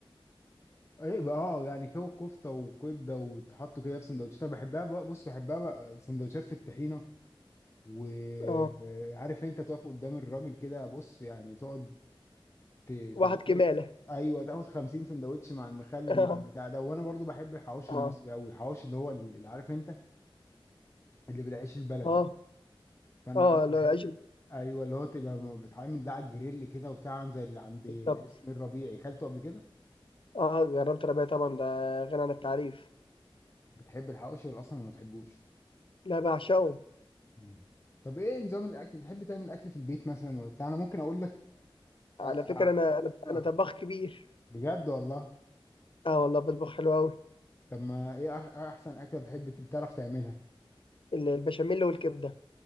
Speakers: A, on the left (about 30°); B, on the left (about 65°).
A: ايه بقى اه يعني كو- كفته وكبده وتحطوا كده في سندوتشات انا بحبها بقى بص بحبها بقى سندوتشات في الطحينه وعارف
B: اه
A: انت تقف قدام الراجل كده بص يعني تقعد ت... ت...
B: واحد كماله
A: ت... ايوه تاخد 50 سندوتش مع المخلل
B: <laughs>
A: مع البتاع ده وانا برضو بحب الحواوشي
B: اه
A: المصري
B: اه
A: قوي الحواوشي اللي هو اللي عارف انت اللي بالعيش البلدي
B: اه
A: فانا
B: اه
A: انا بحب
B: لو العيش
A: ايوه اللي هو تبقى بتعمل ده على الجريل كده وبتاع زي اللي عند
B: بالظبط
A: اسم الربيعي اكلته قبل كده
B: اه جربت ربيع طبعا ده غني عن التعريف
A: بتحب الحواوشي ولا اصلا ما بتحبوش
B: لا بعشقه
A: مم. طب ايه نظام الاكل بتحب تعمل اكل في البيت مثلا ولا بتاع انا ممكن اقول لك
B: على
A: أ... أ...
B: فكرة أنا أنا
A: اه
B: أنا طباخ كبير
A: بجد والله
B: أه والله بطبخ حلو أوي
A: طب ما ايه أح- احسن اكله بتحب بتعرف تعملها
B: ال- البشاميل والكبدة